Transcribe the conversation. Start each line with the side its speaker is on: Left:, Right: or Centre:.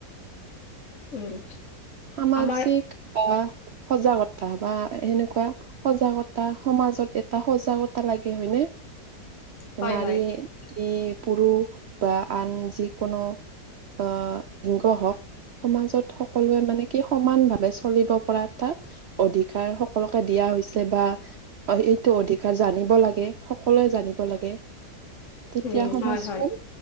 Left: উম।
Right: সামাজ
Left: আমাৰ
Right: চিক আ সজাগতা বা সেনেকুৱা সজাগতা সমাজত এটা সজাগতা লাগে, হয়নে?
Left: হয়,
Right: নাৰী
Left: হয়,
Right: ই পুৰষ বা আন যিকোনো আহ শিংগ হওক, সমাজত সকলোৱে মানে কি সমানভাৱে চলিব পৰা এটা অধিকাৰ সকলোকে দিয়া হৈছে বা অশি এইটো অধিকাৰ জানিব লাগে, সকলোৱে জানিব লাগে।
Left: <inaudible>
Right: তেতিয়া সমাজখন
Left: হয়, হয়,